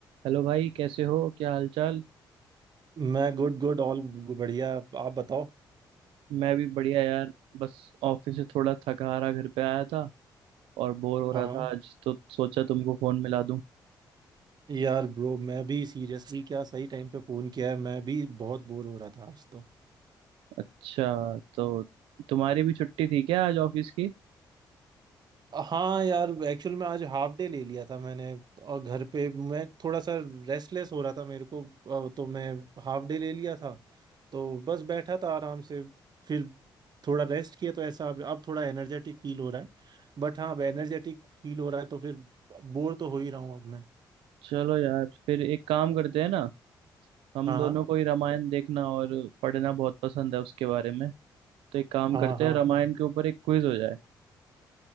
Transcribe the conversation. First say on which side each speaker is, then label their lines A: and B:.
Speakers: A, on the right; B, on the right.
A: हेलो भाई कैसे हो क्या हालचाल
B: मैं गुड गुड ऑल बढ़िया आप बताओ
A: मैं भी बढ़िया यार बस ऑफिस से थोड़ा थका हारा घर पे आया था और बोर हो रहा
B: हाँ
A: था आज तो सोचा तुमको फोन मिला दूं
B: यार ब्रो मैं भी सीरियसली क्या सही टाइम पे फोन किया है मैं भी बहुत बोर हो रहा था आज तो
A: अच्छा तो तुम्हारी भी छुट्टी थी क्या आज ऑफिस की
B: हाँ यार एक्चुअल में आज हाफ डे ले लिया था मैंने और घर पे मैं थोड़ा सा रेस्टलेस हो रहा था मेरे को अ, तो मैं हाफ डे ले लिया था तो बस बैठा था आराम से फिर थोड़ा रेस्ट किया तो ऐसा अब अब थोड़ा एनर्जेटिक फील हो रहा है बट हाँ अब एनर्जेटिक फील हो रहा है तो फिर बोर तो हो ही रहा हूँ अब मैं
A: चलो यार फिर एक काम करते हैं ना हम
B: हाँ
A: दोनों
B: हाँ
A: को ही रामायण देखना और पढ़ना बहुत पसंद है उसके बारे में तो एक काम
B: हाँ
A: करते
B: हाँ
A: हैं रामायण के ऊपर एक क्विज हो जाए